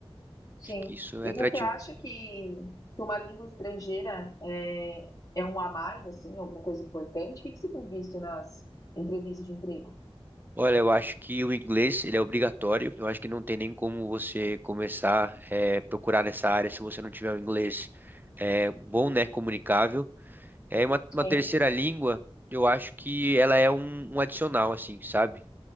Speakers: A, on the left; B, on the right.
A: Sim.
B: Acho que isso é
A: E
B: atrativo.
A: você acha que, que uma língua estrangeira é, é um a mais, assim, alguma coisa importante? O que, que você tem visto nas entrevistas de emprego?
B: Olha, eu acho que o inglês ele é obrigatório. Eu acho que não tem nem como você começar a procurar nessa área se você não tiver o inglês é, bom, né? Comunicável. É uma,
A: Sim.
B: uma terceira língua. Eu acho que ela é um, um adicional, assim, sabe?